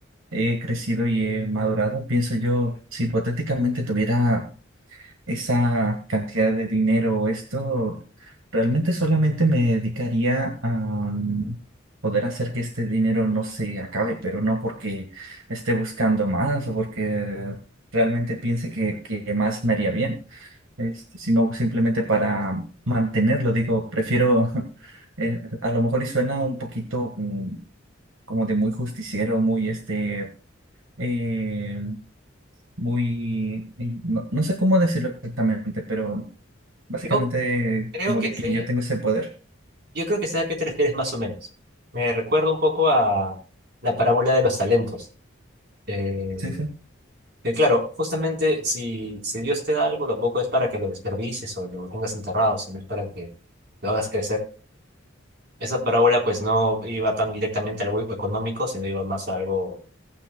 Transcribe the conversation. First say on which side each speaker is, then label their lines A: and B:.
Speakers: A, on the right; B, on the right.
A: he crecido y he madurado, pienso yo, si hipotéticamente tuviera esa cantidad de dinero o esto, realmente solamente me dedicaría a mm, poder hacer que este dinero no se acabe, pero no porque esté buscando más o porque realmente piense que, que más me haría bien, este, sino simplemente para mantenerlo. Digo, prefiero, <laughs> eh, a lo mejor y suena un poquito mm, como de muy justiciero, muy este... eh, muy, eh, no, no sé cómo decirlo exactamente, pero Básicamente,
B: yo creo
A: como
B: que
A: de
B: sé,
A: que yo tengo ese poder.
B: yo creo que sé a qué te refieres más o menos. Me recuerda un poco a la parábola de los talentos. Eh,
A: Sí, sí.
B: que claro, justamente si, si Dios te da algo, tampoco es para que lo desperdicies o lo tengas enterrado, sino es para que lo hagas crecer. esa parábola pues no iba tan directamente a algo económico, sino iba más a algo